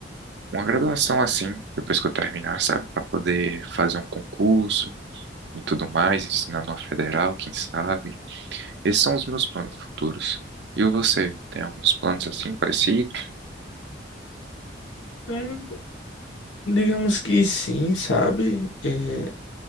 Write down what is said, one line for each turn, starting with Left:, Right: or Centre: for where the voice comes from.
Right: uma graduação assim, depois que eu terminar, sabe? Para poder fazer um concurso e tudo mais, ensinar numa federal, quem sabe. Esses são os meus planos futuros. E você, tem alguns planos assim, parecidos?
Left: Hum, Digamos que sim, sabe? É,